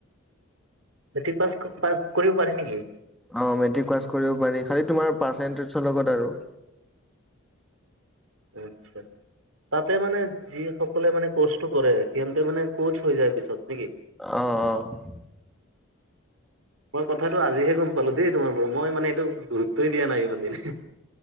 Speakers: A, on the right; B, in the centre.
A: মেট্ৰিক পাছ কৰিও পাৰি নেকি
B: অ', মেট্ৰিক পাছ কৰিব পাৰি খালি তোমাৰ পাৰ্চেণ্টেজৰ লগত আৰু
A: আতছা তাতে মানে যি সকলে মানে কৰ্চটো কৰে সিহ মানে ক'চ হৈ যায় পিছত নেকি
B: অ অ
A: মই কথাটো আজিহে গম পালো দেই তোমাৰ পৰা মই মানে এইটো গুৰুত্বই দিয়া নাই ইমান দিনে